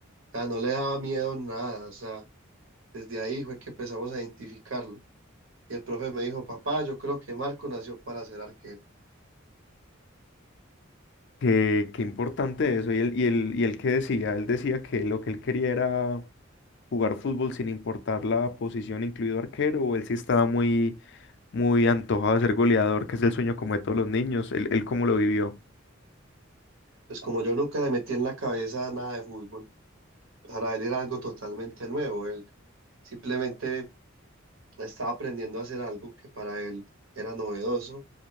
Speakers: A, on the right; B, on the left.
A: O sea, no le daba miedo nada. O sea, desde ahí fue que empezamos a identificarlo. Y el profe me dijo, papá, yo creo que Marco nació para ser arquero.
B: Qué, qué importante eso. Y el y el y el qué decía, él decía que lo que él quería era jugar fútbol sin importar la posición, incluido arquero, o él sí estaba muy, muy antojado de ser goleador, que es el sueño como de todos los niños. Él, él cómo lo vivió.
A: Pues como yo nunca le metí en la cabeza nada de fútbol, para él era algo totalmente nuevo. Él simplemente estaba aprendiendo a hacer algo que para él era novedoso.